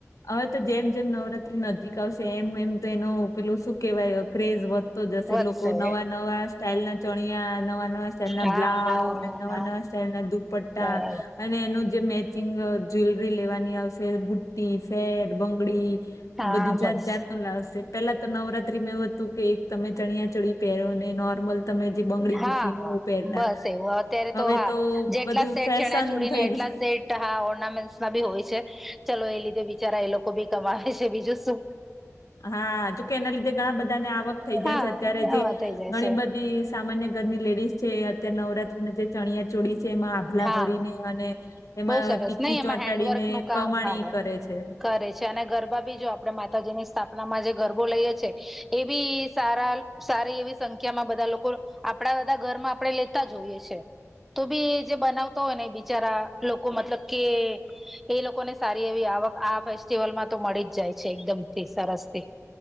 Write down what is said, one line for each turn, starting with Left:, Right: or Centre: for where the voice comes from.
Left: હવે તો જેમ જેમ નવરાત્રી નજીક આવશે એમ એમ તો એનું પેલું શું કેવાય ક્રેઝ તો જસે
Centre: વધશે
Left: લોકો નવા નવા સ્ટાલ ના ચણિયા નવા નવા સ્ટાઈલ ના
Centre: હા
Left: બ્લાઉઝ
Centre: હા
Left: નવા
Centre: હા
Left: નવા સ્ટાઈલ ના દુપટ્ટા
Centre: બરાબર
Left: તા અને એનું જે મેચિંગ જ્વેલરી લેવાની આવશે બુટ્ટ સેટ બંગડી
Centre: હા
Left: બધું જાત
Centre: બસ
Left: જાત ન લાવશે પેલા તો નવરાત્રીમાં એવું હતું કે એક તમે ચણિયા ચડી પેરોને નોર્મલ
Centre: હા
Left: બુટ્ટીને એવું પહેરતા
Centre: બસ એવું અત્યારે
Left: હવે
Centre: તો હા જેટલા
Left: બધું
Centre: સેટ
Left: ફેશન
Centre: ચણ્યા છોડીને
Left: થઈ
Centre: એટલા
Left: ગયું
Centre: સેટ હા ઓર્નામેન્ટમાં બી હોય છે ચલો એ લીધે બિચારા એ લોકો બી કમાવે છે બીજું શું?
Left: હા જોકે એના લીધે ઘણા બધાને આવક થઈ જાય
Centre: હા
Left: છે અત્યારે
Centre: આવા
Left: જે
Centre: થઈ જાય
Left: ઘણી
Centre: છે
Left: બધી. સામાન્ય ઘરની લેડીઝ છે અત્યારે નવરાત્રી ના જે ચણિયા ચોળ છે એમાં લા
Centre: હા
Left: ભરીને અને એમાં
Centre: બહુ સરસ
Left: ટીકી
Centre: નહી એમાં
Left: ચોંટાડીને
Centre: હેન્ડવર્ક નું
Left: કમાણી
Centre: કામ હા
Left: કરે છે.
Centre: કરે છે અને ગરબા બી જો આપે માતાજીની સ્થાપનામાં જે ગરબો લઈએ છેીએ એ બી સારા સારી એવી સંખ્યામાં બધા લોકો આપણા બધા ઘરમાં આપણે લેતા જોઈએ છે તો બી જે બનાવતો હોય ને બિચારા લોકો મતલબ કે એ લોકોને સારી એવી આવક આ ફેસ્ટિવલમાં તો મળી જ જાય છે એકદમ થી સરસ થી